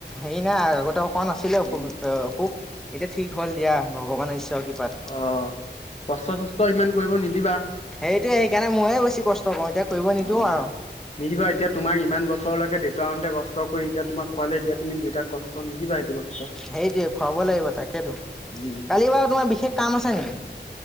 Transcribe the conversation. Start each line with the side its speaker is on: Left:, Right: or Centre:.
Centre: হেৰি নাই আগতে হোৱা নাছিলে অসুখ,
Left: উ
Centre: অসুখ এতিয়া ঠিক হ'ল দিয়া, ভগৱানৰ ঈশ্বৰৰ কৃপাত।
Left: অ, কষ্ট-চষ্ট ইমান কৰিব নিদিবা।
Centre: সেইটোয়ে সেইকাৰণে মোয়ে বেছি কষ্ট কৰো, এতিয়া কৰিব নিদিও
Left: অ,
Centre: আৰু
Left: নিদিবা এতিয়া তোমাক ইমান বছৰৰ লৈকে দেউতাহঁতে কষ্ট কৰি এতিয়া তোমাক খোৱালে, এতিয়া তুমি দেউতাক কষ্ট নিদিবা সেইটো কষ্ট
Centre: সেইটোৱে খুৱাব লাগিব তাকেতো,
Left: উম
Centre: কালি বাৰু তোমাৰ বিশেষ কাম আছে নেকি?